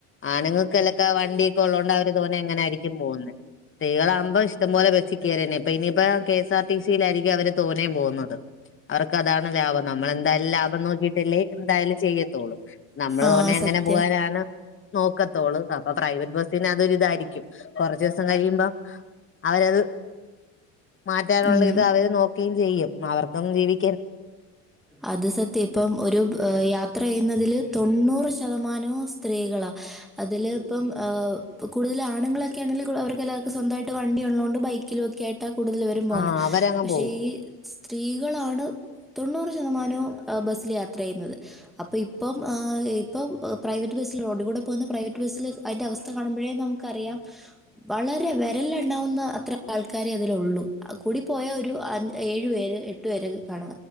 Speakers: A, on the left; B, in the centre.
A: ആനങ്ങൾക്കലൊക്കെ വണ്ടിയൊക്കെ ഉള്ളതോണ്ട് എങ്ങനരിക്കും പോന് സ്ത്രകളാകുമ്പോ ഇഷ്ടം പോലെ ബസ്സി കയറിന്നെ ഇപ്പ ഇനിയിപ്പോ കെ എസ് ആർ ടി സിയിലായിരിക്കും അവര് തോന്നേയും പോകുന്നത് അവർക്ക് അതാണ് ലാഭം നമ്മളെ എന്തായാലും ലാഭം നോക്കിയിട്ടല്ലേ എന്തായാലും ചെയ്യത്തുള്ളൂ നമ്മള്
B: ആ
A: തോന്നെ എങ്ങനെ
B: സത്യം
A: പോവാനാണ് നോക്കത്തോളൂ അപ്പൊ പ്രൈവറ്റ് ബസ്സന് അതൊരി ഇതായിരിക്കും കുറച്ച ദിവസം കഴിയുമ്പ അവരത് മാറ്റാനുള്ള
B: ഉം
A: ഇത് അവര് നോക്കുകയും ചെയ്യും അവർക്കൊന്നും ജീവി
B: അത് സത്യം ഇപ്പം ഒരു യാത്ര ചെയ്യുന്നതില് തൊണ്ണൂറ് ശതമാനവും സ്ത്രീകളാ അതില് ഇപ്പം കൂടുതൽ ആണുങ്ങളൊക്കെയാണ് അവർ എല്ലാവർകും സ്വന്തട്ട് വണ്ടി ഉള്ളത കൊണ്ട് ബൈക്കിലൊക്കെ ആ ഇട്ട കൂടുതൽ പരും പോകുന്ന
A: ആഹ് അവരങ്ങ്
B: പക്ഷെ
A: പോവും
B: ഈ സ്ത്രീകളാണ് തൊണ്ണൂറ് ശതമാനവും ബസ്സിൽ യാത്ര ചെയ്യുന്നത് അപ്പൊ ഇപ്പം ഇപ്പ പ്രൈവറ്റ് ബ പോന്ന പ്രൈവറ്റ് ബ അതി അവസ്ഥ കാണുമ്പഴേ നമുറിയാം വളരെ വിരലിൽ എണ്ണ അത്ര ആൾക്കാരെ അതിലുള്ളൂ കൂടി പോയ ഒരു ഏഴു പേര് എട്ടു പേരക്കെ കാണ